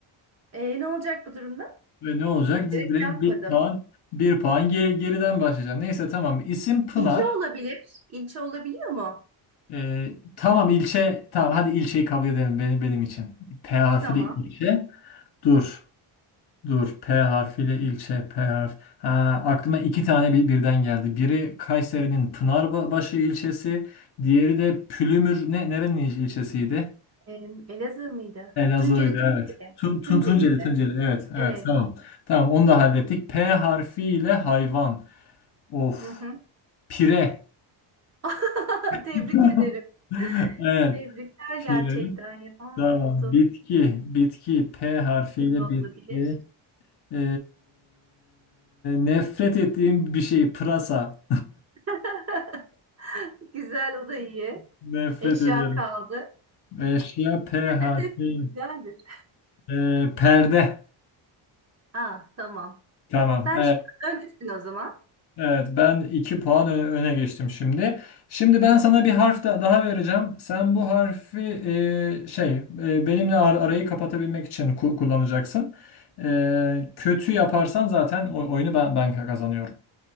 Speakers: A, on the right (about 30°); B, on the left (about 50°).
A: E, ne olacak bu durumda?
B: Ve ne olacak?
A: Bilerek
B: Di- Direkt
A: yapmadım.
B: bir puan, bir puan ge- geriden başlayacağım. Neyse tamam. İsim Pınar.
A: İlçe olabilir. İlçe olabiliyor mu?
B: E, tamam ilçe. Tamam hadi ilçeyi kabul edelim beni benim için. P harfiyle
A: Tamam.
B: ilçe. Dur. Dur P harfiyle ilçe P harf. Ha, aklıma iki tane bir, birden geldi. Biri Kayseri'nin Pınarbaşı ilçesi, diğeri de Pülümür ne nerenin il- ilçesiydi?
A: Ee, Elazığ mıydı?
B: Elazığ'ydı
A: Tunceli, Tunceli.
B: evet. Tun, Tun-
A: Tunceli'de.
B: Tunceli Tunceli evet
A: Evet.
B: evet tamam. Tamam onu da hallettik. P harfiyle hayvan. Of
A: Hı hı.
B: pire.
A: <laughs> Tebrik
B: <laughs>
A: ederim.
B: Evet
A: Tebrikler
B: pire.
A: gerçekten ya. Aa,
B: Tamam
A: Buldun.
B: bitki bitki P harfiyle
A: Etkili olabilir.
B: bitki. Ee, nefret ettiğim bir şey pırasa.
A: <laughs> Güzel o da iyi.
B: Nefret
A: Eşya
B: ederim.
A: kaldı.
B: Eşya P harfi.
A: Nefes etme güzeldir.
B: Ee, perde.
A: Aa, tamam.
B: Tamam.
A: Sen
B: Evet,
A: şu an öndesin o zaman.
B: evet. Ben iki puan ö- öne geçtim şimdi. Şimdi ben sana bir harf da- daha vereceğim. Sen bu harfi e, şey e, benimle ar- arayı kapatabilmek için ku- kullanacaksın. E, kötü yaparsan zaten o- oyunu ben, ben kazanıyorum.